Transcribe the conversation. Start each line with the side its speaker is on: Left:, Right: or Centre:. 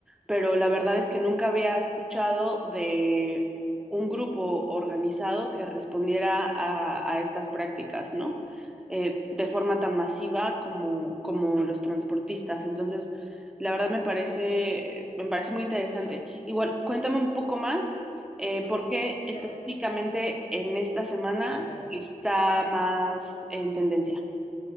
Centre: pero la verdad es que nunca había escuchado de un grupo organizado que respondiera a, a estas prácticas, ¿no? Eh, de forma tan masiva como, como los transportistas. Entonces, la verdad me parece, me parece muy interesante. Igual, cuéntame un poco más eh,
Left: Ah,
Centre: por qué específicamente
Left: Claro,
Centre: en esta semana
Left: claro.
Centre: está más en tendencia.